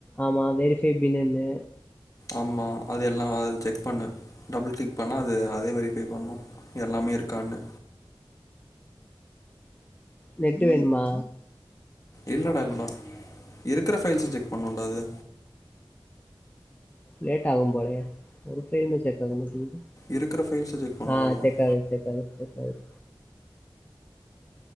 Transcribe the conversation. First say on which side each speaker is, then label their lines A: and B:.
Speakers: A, on the left (about 15°); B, on the left (about 40°).
A: ஆமா வெரிஃபை பின்னுனு
B: ஆமா அது எல்லா அது செக் பண்ணு டபுள் க்ளிக் பண்ணா அது அதே வெரிஃபை பண்ணு எல்லாமே இருக்கான்னு
A: நெட்டு வேணுமா
B: இல்லடா இல்லடா இருக்கிற ஃபைல்ஸ செக் பண்ணுன்டா அது
A: லேட் ஆகும் போலயே ஒரு ஃபைலுமே செக் ஆக மாட்டிங் து
B: இருக்கிற ஃபைல்ஸை செக் பண்ணும்
A: ஆ
B: அவ்வளோதான்
A: செக்காகுது செக்காகுது செக்காகுது